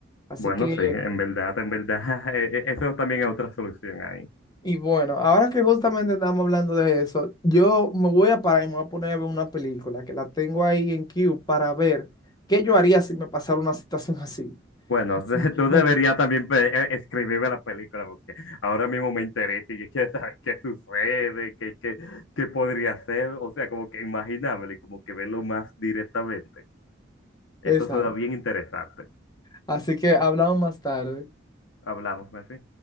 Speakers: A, on the left (about 20°); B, on the left (about 85°).
A: Así
B: Bueno,
A: que,
B: sí, en verdad, en verdad, <laughs> eh, eh, eso también es otra solución ahí.
A: y bueno, ahora que justamente estamos hablando de eso, yo me voy a parar y me voy a poner a ver una película que la tengo ahí en queue para ver qué yo haría si me pasara una situación <laughs> así.
B: Bueno,
A: Así
B: <laughs> tú deberías
A: que,
B: también pe- eh, escribirme la película porque ahora mismo me interesa y yo quiero saber qué sucede, qué, qué, qué podría hacer, o sea, como que imaginármelo y como que verlo más directamente. Eso
A: <laughs> esa
B: suena
A: es.
B: bien interesante.
A: Así que hablamos más tarde.
B: Hablamos, Mefi.